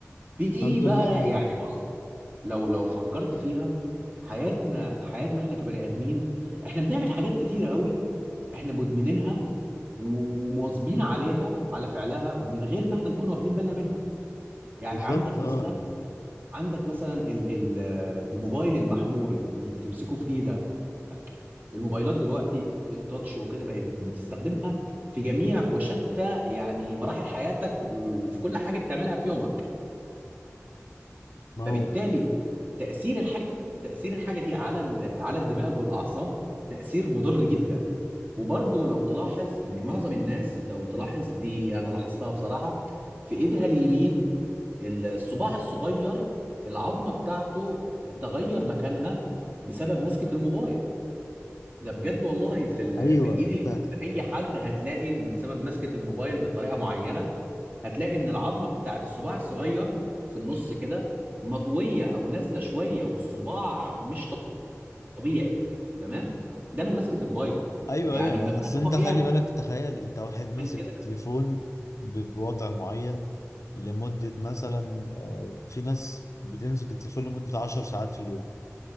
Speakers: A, on the right; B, on the left.
A: في
B: الحمد
A: بقى
B: لله يعني
A: يعني بص لو لو فكرت فيها حياتنا حياتنا احنا كبني ادمين احنا بنعمل حاجات كتيره قوي احنا مدمنينها و- ومواظبين عليها على فعلها ومن غير ما احنا نكون واخدين بالنا منها يعني
B: بالظبط
A: عندك
B: اه
A: مثلا
B: يعني
A: عندك مثلا ال- ال- الموبايل المحمول اللي بتمسكه في ايدك الموبايلات دلوقتي التاتش وكده بقت بت- بتستخدمها في جميع وشتى يعني مراحل حياتك و- وفي كل حاجه بتعملها في يومك
B: ما
A: فبالتالي
B: هو
A: تأثير الحاجة تأثير الحاجة دي على ال- على الدماغ والأعصاب تأثير مضر جدا وبرضه لو تلاحظ إن معظم الناس لو تلاحظ دي أنا لاحظتها بصراحة في إيدها اليمين الصباع الصغير العظمة بتاعته آه، تغير مكانها بسبب مسكة الموبايل ده بجد والله في ال...
B: ايوه
A: في الايد
B: انت
A: اليمين اي حد هتلاقي من سبب مسكة الموبايل بطريقة معينة هتلاقي ان العظمة بتاعت الصباع الصغير في النص كده مطوية او نازلة شوية والصباع مش طبيعي تمام ده من مسكة الموبايل
B: ايوه
A: يعني
B: ايوه
A: ما بالك
B: اصل انت
A: هو
B: خلي
A: بيعمل
B: بالك تخيل انت واحد ماسك
A: كده
B: تليفون ب- بوضع معين لمده مثلا آه، في ناس بتمسك التليفون لمده 10 ساعات في اليوم